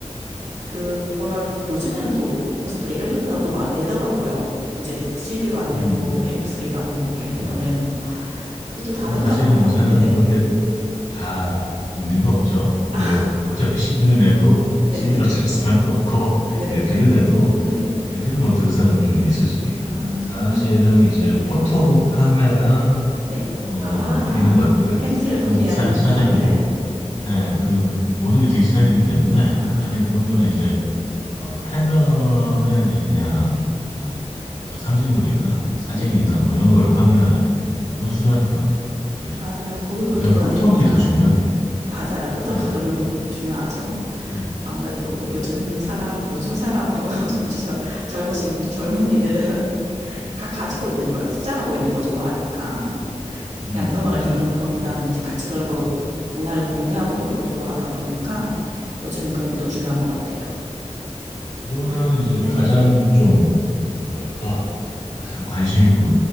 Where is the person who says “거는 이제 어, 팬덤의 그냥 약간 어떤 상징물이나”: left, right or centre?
Left